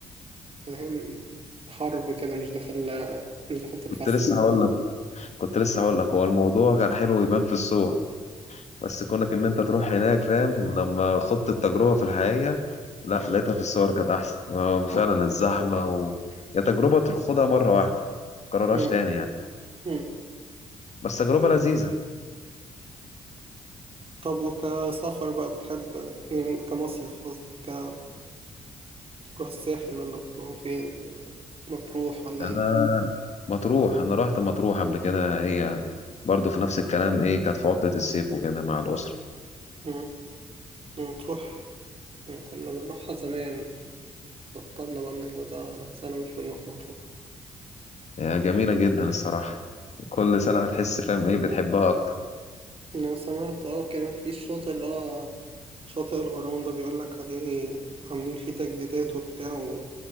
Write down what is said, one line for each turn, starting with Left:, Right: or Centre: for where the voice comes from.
Right: فاهم حرب كده مش داخل مش داخل تتفسح
Left: كنت لسه هقول لك كنت لسه هقول لك هو الموضوع كان حلو يبان في الصور بس كونك ان انت تروح هناك فاهم لما خضت التجربة في الحقيقة لا لقيتها في الصور كانت احسن آه، فعلا الزحمة و... يا تجربة تخوضها مرة واحدة متكررهاش
Right: مم.
Left: تاني يعني
Right: مم.
Left: بس تجربة لذيذة
Right: طب وكسفر بقى بتحب يعني كمصيف قصدي ك تروح الساحل ولا بتروحوا فين ولا مطروح ولا
Left: انا
Right: ايه
Left: مطروح انا رحت مطروح قبل كده هي برضه في نفس الكلام ايه كانت في عطلة الصيف وكده مع الأسرة
Right: مم. مطروح كنا بنروحها زمان بطلنا بقالنا كذا سنة مش بنروح مطروح
Left: وجميلة جدا الصراحة كل سنة تحس فاهم ايه بتحبها أكتر
Right: أنا سمعت اه كان في الشاطئ اللي هو شاطئ الغرام ده بيقولك عليه عاملين فيه تجديدات وبتاع و-